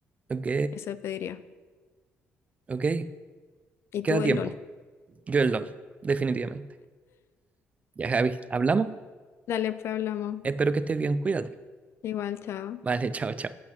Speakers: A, on the right; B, on the left.
A: Ok,
B: Eso pediría.
A: ok,
B: Y
A: queda
B: tú
A: tiempo.
B: el LOL.
A: Yo el LOL, definitivamente. Ya, Gaby, hablamos.
B: Dale, pues hablamos.
A: Espero que estés bien, cuídate.
B: Igual, chao.
A: Vale, <laughs> chao, chao.